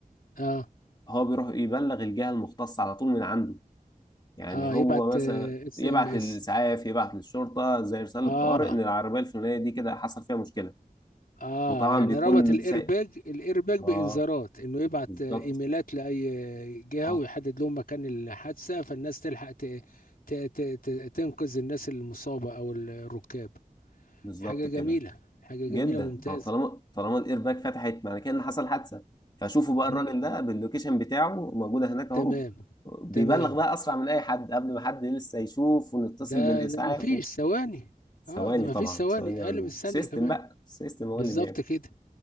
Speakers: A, on the left; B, on the left.
A: اه
B: هو بيروح يبلغ الجهة المختصة على طول من عنده يعني
A: اه
B: هو
A: يبعت
B: مثلا
A: اس
B: يبعت
A: ام اس
B: للإسعاف يبعت للشرطة زي رسالة
A: اه
B: طوارئ إن العربية الفلانية دي كده حصل فيها مشكلة
A: اه
B: وطبعا
A: يعني
B: بيكون
A: ربط الايرباج
B: سايق
A: الايرباج بانذارات
B: آه
A: انه يبعت
B: بالظبط
A: آه، ايميلات لاي آه، جهه
B: آه
A: ويحدد لهم مكان الحادثه فالناس تلحق ت... ت... ت... ت- تنقذ الناس المصابه او الركاب
B: بالظبط
A: حاجة جميلة
B: كده
A: حاجة
B: جدا
A: جميلة ممتازة
B: أو طالما طالما الإيرباك فتحت معنى كده إن حصل حادثة فشوفوا بقى
A: مم.
B: الراجل ده باللوكيشن بتاعه موجودة هناك أهو
A: تمام
B: بيبلغ
A: تمام
B: بقى أسرع من أي حد قبل ما حد لسه يشوف ونتصل
A: ده
B: بالإسعاف
A: ده مفيش
B: و...
A: ثواني
B: ثواني
A: اه ده مفيش
B: طبعا
A: ثواني
B: ثواني عندهم
A: اقل من الثانية
B: سيستم
A: كمان
B: بقى السيستم هو
A: بالظبط
B: اللي بيعمل
A: كده